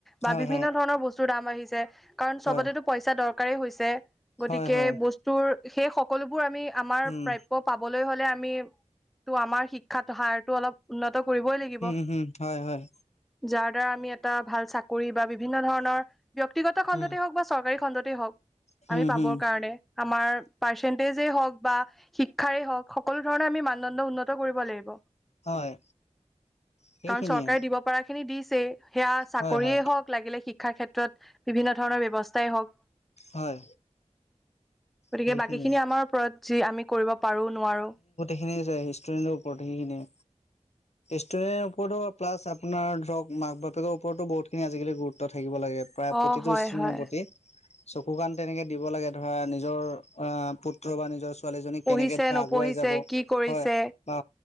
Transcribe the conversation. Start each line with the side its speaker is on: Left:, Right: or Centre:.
Centre: বা
Left: হয়
Centre: বিভিন্ন ধৰণৰ বস্তুৰ দাম বাঢিছে কাৰণ চবতেতো
Left: হয়
Centre: পইচা দৰকাৰ। সেনেকাই হৈছে গতিকে
Left: হয় হয় হয়
Centre: বস্তুৰ সেই সকলো বোৰ আমি আমাৰ
Left: উম
Centre: প্ৰাপ্য পাবলৈ,। আমি আমাৰ শিক্ষাত হাৰটো অলপ উন্নত,। কৰিবই লাগিব
Left: উম হম হয় হয়
Centre: যাৰ,। দাৰা আমি এটা ভাল চাকৰি বা বিভিন্ন ধৰণৰ ব্যক্তিগত খণ্ডতেই
Left: উম
Centre: হওঁক বা চৰকাৰী খণ্ডতে হওক,।
Left: হম
Centre: আমি পাব
Left: হম
Centre: কাৰণে আমাৰ পাৰ্চেন্টেজে হওক। বা শিক্ষাৰে হওঁক সকলো ধৰণৰ আমি মানদণ্ড উন্নত কৰিব লাগিব।
Left: হয় সেইখিনিয়ে
Centre: কাৰণ চৰকাৰে দিব পাৰা খিনি দি। সেয়া চাকৰিয়ে
Left: হয় হয়
Centre: হওক লাগিলে শিক্ষাৰ ক্ষেত্ৰত বিভিন্ন ধৰণৰ ব্যয়ৱস্থাই হওক।
Left: হয়
Centre: গতিকে
Left: সেইখিনিয়ে
Centre: বাকী খিনি আমাৰ ওপৰত। যি আমি কৰিব পাৰো নোৱাৰো।
Left: সেইখিনিয়ে য ষ্টুডেণ্টৰ ওপৰত সেইখিনিয়ে। ষ্টুডেণ্টৰ ওপৰতো প্লাছ আপোনাৰ ধৰক মাক বাপেকৰ ওপৰতো বহুত খিনি আজিকালি গুৰুত্ব থাকিব। থাকিব লাগে প্ৰায়
Centre: অ
Left: প্ৰতিটো
Centre: হয়
Left: ষ্ট্ৰেণৰ
Centre: হয়
Left: প্ৰতি। চকু কাণ তেনেকে দিব লাগে ধৰা নিজৰ অ পুত্ৰ বা নিজৰ ছোৱালী।
Centre: পঢ়িছে
Left: কেনেকে ধৰা
Centre: নপঢ়িছে
Left: আগুৱাই যাব
Centre: কি কৰিছে
Left: হয় বা।